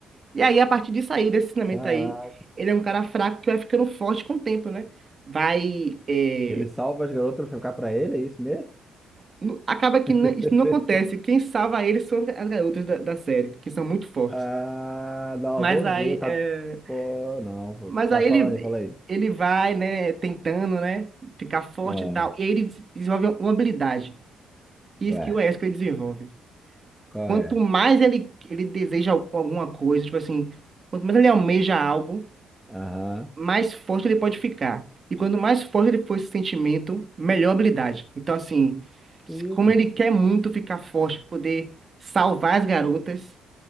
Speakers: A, on the right; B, in the centre.
A: E aí, a partir disso aí, desse ensinamento
B: Caraca.
A: aí, ele é um cara fraco que vai ficando forte com o tempo, né? Vai. é,
B: Ele salva as garotas pra ficar pra ele, é isso mesmo?
A: nu- Acaba que
B: <laughs>
A: não- isso não acontece. Quem salva ele são as garotas da, da série, que são muito fortes.
B: Ah, não,
A: Mas
B: eu vou
A: aí,
B: ver, tá...
A: é,
B: Pô, não.
A: mas
B: Vai
A: aí ele,
B: falando aí, fala aí.
A: ele vai, né, tentando, né, ficar forte
B: Ah,
A: e tal. E aí ele des- desenvolve uma habilidade. E
B: ué,
A: isso que o Wesker desenvolve.
B: qual
A: Quanto
B: é?
A: mais ele, ele deseja al- alguma coisa, tipo assim, quanto mais ele almeja algo,
B: Aham,
A: mais forte ele pode ficar. E quanto mais forte ele for esse sentimento, melhor a habilidade. Então, assim, se-
B: que isso.
A: como ele quer muito ficar forte para poder salvar as garotas,